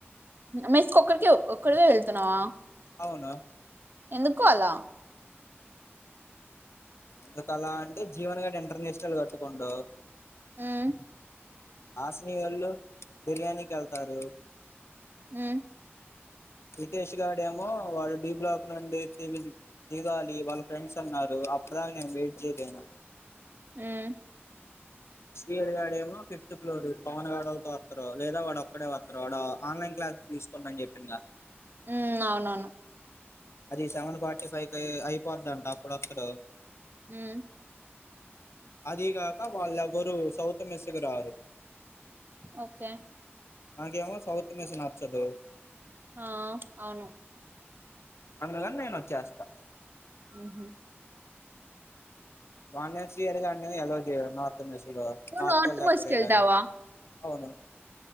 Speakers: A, on the right (about 50°); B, on the left (about 75°).
A: మెస్ ఒకరికే ఒకదివే వెళ్తున్నావా?
B: అవును
A: ఎందుకు అలా
B: ఎందుకలా అంటే జీవన్ గాడు ఇంటర్నేషనల్ కట్టుకోండు.
A: ఉమ్
B: హాసనీ వాళ్ళు బిర్యానీకి వెళ్తారు.
A: ఉమ్
B: రితేష్ గడ ఏమో వాడు డి బ్లాక్ నుండి <unintelligible> దిగాలి వాళ్ళ ఫ్రెండ్స్ అన్నారు అప్పటి దాకా నేను వెయిట్ చేయలేను.
A: ఉమ్
B: శ్రీహరి గడ ఏమో ఫిఫ్త్ ఫ్లోర్ పవన్ గడతో వస్తారు, లేదా వాడ ఒక్కడే వస్తారు వాడ ఆన్లైన్ క్లాసు తీసుకోమని చేపిందు నక్
A: ఉమ్ అవునవును
B: అది సెవెన్ ఫార్టీ ఫైవ్ అయిపోతుదంట అప్పుడుొక్కడు.
A: ఉమ్
B: అది కాక వాళ్ళువరు సౌత్ మెస్ కి రారు
A: ఓకే
B: నాకేమో సౌత్ మస్ నచ్చదు
A: ఆ అవును
B: అందుగాని నేను వచ్చేస్తా
A: ఉమ్ ఉమ్
B: రామ్నా శ్రీహరి గది అల్లో చేయరు నా త్ మెస్సులో
A: నువ్వు
B: నార్తోలలేక
A: నార్త్ మెస్ కి
B: లేడు
A: వెళ్తావా
B: అని అవును